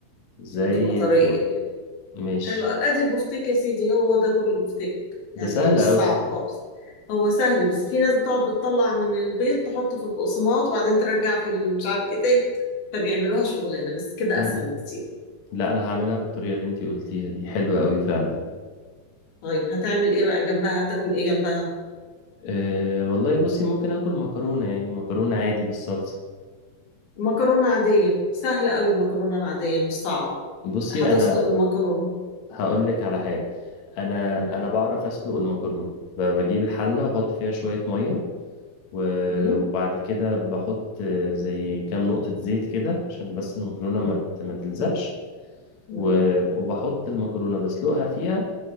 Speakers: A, on the left; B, on the left.
A: زي
B: وتبقى طرية
A: الفل
B: يعني.
A: ماشي
B: حلو أوي. ادي البفتيك يا سيدي هو ده كل البفتيك يعني
A: ده سهل
B: مش
A: قوي
B: صعب خالص هو سهل بس في ناس بتقعد بتطلع من البيض تحطه في البقسماط وبعدين ترجع في ال- مش عارف ايه تاني فبيعملوها شغلانه بس كده
A: مم.
B: اسهل بكتير
A: لا انا هعملها بالطريقة اللي انتي قلتيها دي حلوة قوي فعلا
B: طيب هتعمل ايه بقى جنبها هتاكل ايه جنبها
A: أه والله بصي ممكن اكل مكرونة يعني مكرونة عادي بالصلصة
B: مكرونه عاديه سهله قوي المكرونه العاديه مش صعبه
A: بصي
B: هتسلق
A: انا
B: المكرونه
A: هقولك على حاجة انا
B: مم.
A: انا بعرف اسلق المكرونة ب- بجيب الحلة واحط فيها شوية مية و-
B: مم.
A: وبعد كده بحط زي كام نقطة زيت كده عشان بس المكرونة
B: مم.
A: ما ت- ما تلزقش
B: مم.
A: و- وبحط المكرونة بسلقها فيها